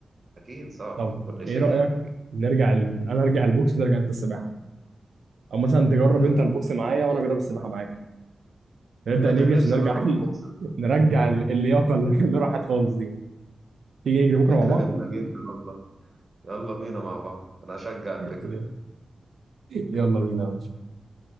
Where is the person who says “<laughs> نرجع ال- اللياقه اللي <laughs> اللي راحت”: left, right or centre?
Right